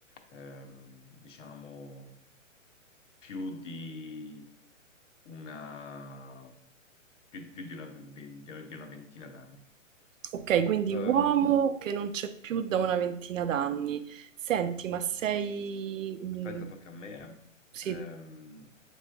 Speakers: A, on the left; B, on the right.
A: Ehm, diciamo più di una, più, più di una, ve- di una ventina d'anni.
B: Ok, quindi
A: Ehm,
B: uomo che non c'è più da una ventina d'anni. Senti, ma sei... mm,
A: aspetta, tocca a me.
B: sì.
A: eh. Ehm,